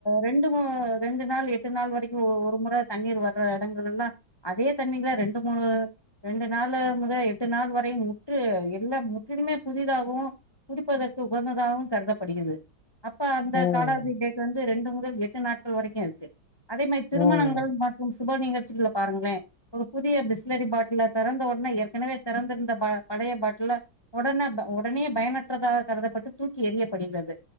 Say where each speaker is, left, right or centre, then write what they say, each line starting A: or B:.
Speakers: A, on the left; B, on the left.
A: ரெண்டு கு ரெண்டு நாள் எட்டு நாள் வரைக்கு ஒரு மொற தண்ணீர் வர்ற எடங்களல்லா அதே தண்ணீல ரெண்டு மூ ணு ரெண்டு நாளு முத எட்டு நாள் வரை முற்று எல்லா முற்றிலுமே புதிதாகவு குடிப்பதற்கு உகந்ததாகவு கருதப்படிகிது அப்ப அந்த
B: ம் ம்
A: காலாவதி டேட் வந்து ரெண்டு முதல் எட்டு நாட்கள் வரைக்கு இருக்கு அதே மாரி திருமணங்கள்
B: ம்
A: மற்றும் சுப நிகழ்ச்சிகள பாருங்களே ஒரு புதிய பிஸ்லரி பாட்டில தெறந்த உட்னே எடுத் எனவே தெறந்திருந்த ப பழய பாட்டில ஒடன ப ஒடனே பயனற்றதாக கருதப்பட்டு தூக்கி எரிய படுகிறது